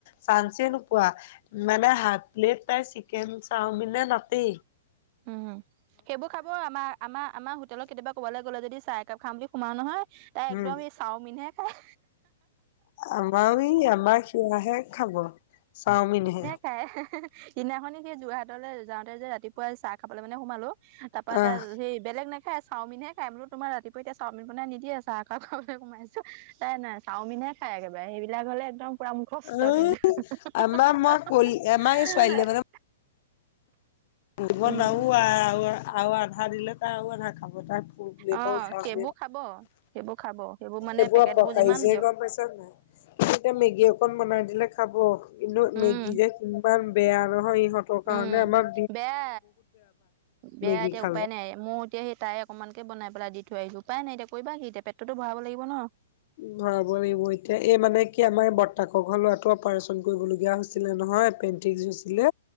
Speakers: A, on the left; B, on the right.
A: চানঞ্চে নোপোৱা মানে হাত প্লেট তাই চিকেন চাওমিনে নাতি।
B: উম হম, সেইবোৰ খাব আমাৰ আমাৰ আমাৰ হোটেলৰ কেতিয়াবা ক'বলৈ গ'লে যদি চাহ একাপ খাম বুলি সোমাও নহয়। তাই
A: উম
B: একদম এই চাওমিনহে খাই।
A: আমাৰ ই আমাৰ সেয়াাহে খাব চাওমিনহে।
B: এ সেহ সেহ সেহ। সিদিনাখনি সেই যোৰহাটলৈ যাওঁতে যে ৰাতিপুৱাই চাহ খাবলৈ মানে সোমালো। তা পা
A: আহ
B: টাৰ সি বেলেগ নে তাই চাওমিন হে খায় বুলু তোমাৰ ৰাতিুপূৱা এতিয়া চাওমিন বনাই নিদিয় চাহ একাপ খাবলৈ সোমাইছো নাই নাই। চাওমিনহে খায় একেবাৰে সেইবিলাক হ'লে একদম। পুৰা মু খস্থ
A: আহ
B: কিন্তু হি হা হি হা
A: আমাৰ
B: হি হা
A: মই
B: হি
A: কল
B: হা হি
A: আমাৰ
B: হা
A: এই
B: হা
A: ছোৱালীয়ে
B: হা।
A: ৰুব
B: উম
A: না উ আ আউআৰু আধা দিলে তাউ আধা খাব তাৰ।
B: অ সেইবোৰ
A: চ
B: খাব সেইবোৰ খাব সেইবোৰ মানে
A: এইবোৰপকা
B: পেকেট বোৰ যিমান
A: যেহে
B: দিয়ক
A: গম পাইছে। কি এতিয়া মেগী অকন বনাই দিলে খাব কিন্তু
B: উম
A: মেগী যে কিমান। বেয়া নহয় ইহঁতৰ কাৰণে
B: উম
A: আমাক।
B: বেয়া, বেয়া
A: মেগী
B: এতিয়া
A: খালে
B: উপায় নাই। এ মই এতিয়া সেই তাই অকনমানকে বনাই পেলাই দি থৈ আহিছো উপাই নাই এতিয়া কৰিবাি কি এতিয়া পেটটোতো ভৰাব লাগিব ন।
A: ভৰাব লাগিব এতিয়া এই মানে কি আমাৰ বৰ্তাকৰ ঘৰ লৰাটো অপাৰচন কৰিবলগীয়া হৈছিলে নহয় পেন টিকচহৈছিলে,